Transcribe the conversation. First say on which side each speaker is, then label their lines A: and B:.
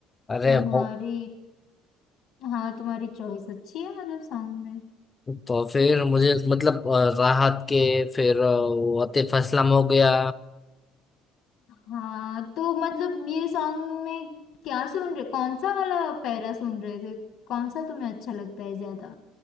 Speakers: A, on the left; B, on the left.
A: अरे
B: तुम्हारी
A: वो
B: हाँ तुम्हारी चॉइस अच्छी है मतलब सॉन्ग में
A: तो फिर मुझे मतलब अ, राहत के फिर अ, वो आतिफ असलम हो गया
B: हाँ तो मतलब ये सॉन्ग में क्या सुन रहे कौन सा वाला पैरा सुन रहे थे कौन सा तुम्हें अच्छा लगता है ज्यादा